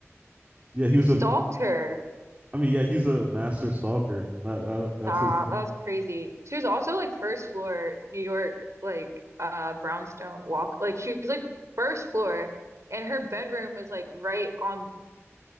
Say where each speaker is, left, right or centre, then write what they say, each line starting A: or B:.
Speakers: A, on the right (about 25°); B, on the right (about 70°).
A: yeah, he
B: he
A: was
B: stalked
A: a
B: her
A: I mean, yeah, he's a master stalker. That, that that's
B: nah
A: his thing.
B: that was crazy she was also like first floor New York like uh brownstone walk like she was like first floor and her bedroom was like right on